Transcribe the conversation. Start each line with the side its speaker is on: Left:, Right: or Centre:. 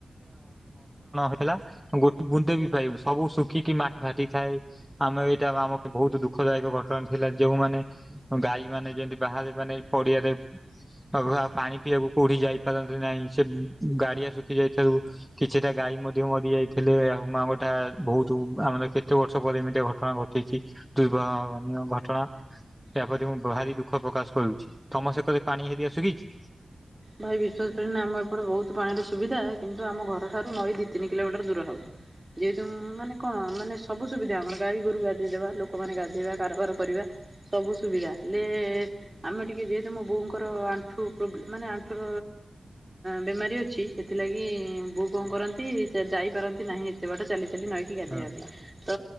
Centre: ହେଲା। ଗୋଟେ ବୁନ୍ଦେ ବି ପାଇବୁ ସବୁ ଶୁଖିକି ମାଟି ଫାଟି ଥାଏ। ଆମେ ଏଇଟା ଆମ ବହୁତ ଦୁଃଖଦାୟକ ଘଟଣା ଥିଲା ଯୋଉମାନେ ଗାଈ ମାନେ ଯେମତି ବାହାରେ ମାନେ ପଡିଆରେତ ଘରେ ପାଣି ପିଇବାକୁ କୋଉଠି ଯାଇପାରନ୍ତି ନାହିଁ ସେ ଗାଡିଆ ଶୁଖି ଯାଇଥାଉ। କିଛିଟା ଗାଈ ମଧ୍ୟ ମରି ଯାଇଥିଲେ ମାଙ୍କଟା ବହୁତ ଆମର କେତେ ବର୍ଷ ପରେ ଏମିତି ଘଟଣା ଘଟିଛି ଦୁର୍ଭାବନୀୟ ଘଟଣା। ଏହାପରେ ମୁଁ ଭାରି ଦୁଃଖ ପ୍ରକାଶ କରୁଛି ସମସ୍ତେ କହିଲେ ପାଣି ହେରିଆ ଶୁଖିଛି।
Right: ଭାଇ ବିଶ୍ୱାସ କରିବନି ଆମ ଏପଟେ ବହୁତ ପାଣିର ସୁବିଧା କିନ୍ତୁ ଆମ ଘରଠାରୁ ନଈ ଦି ତିନି କିଲୋମିଟର ଦୂର ହବ। ଯେହେତୁମ୍ ମାନେ କଣ ମାନେ ସବୁ ସୁବିଧା ଆମର ଗାଈ ଗୋରୁ ଗାଧେଇଦବା ଲୋକମାନେ ଗାଧୋଇବା କାରବାର କରିବା। ସବୁ ସୁବିଧା ହେଲେ ଆମେ ଟିକିଏ ଯେହେତୁ ମୋ ବୋଉଙ୍କର ଆଣ୍ଠୁ ପ୍ରୋବ୍ଲେ ମାନେ ଆମେ ହଉଥିବ ବେମାରି ଅଛି। କଣ କରନ୍ତି ଯାଇପାରନ୍ତି ନାହିଁ ଏତେ ବାଟ ଚାଲି ଚାଲି ନଈକି ଗାଧୋଇବା
Centre: ହଁ।
Right: ପାଇଁ। ତ